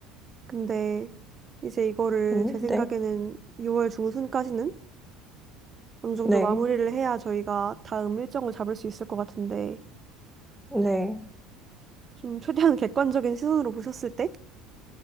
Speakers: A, on the right (about 30°); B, in the centre.
A: 근데 이제 이거를
B: 음,
A: 제 생각에는
B: 네.
A: 6월 중순까지는 어느 정도
B: 네.
A: 마무리를 해야 저희가 다음 일정을 잡을 수 있을 것 같은데
B: 네.
A: 좀 최대한 객관적인 시선으로 보셨을 때